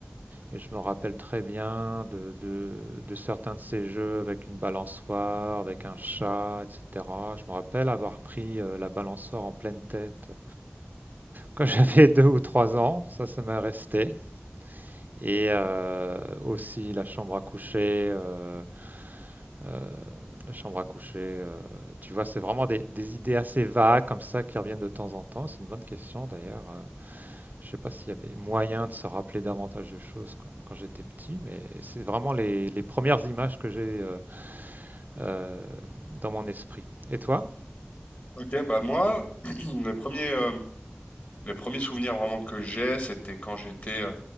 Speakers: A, on the right; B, on the left.
A: Et je me rappelle très bien de, de, de certains de ces jeux avec une balançoire, avec un chat, etc. Je me rappelle avoir pris euh, la balançoire en pleine tête euh, quand <laughs> j'avais deux ou trois ans. Ça, ça m'est resté. Et euh, aussi la chambre à coucher. euh, euh, la chambre à coucher. euh, tu vois, c'est vraiment des, des idées assez vagues comme ça qui reviennent de temps en temps. C'est une bonne question d'ailleurs. euh, je sais pas s'il y avait moyen de se rappeler davantage de choses quand, quand j'étais petit, mais c'est vraiment les, les premières images que j'ai euh, euh, dans mon esprit. Et toi?
B: Ok, bah moi, <clears throat> les premiers, euh, les premiers souvenirs vraiment que j'ai, c'était quand j'étais euh,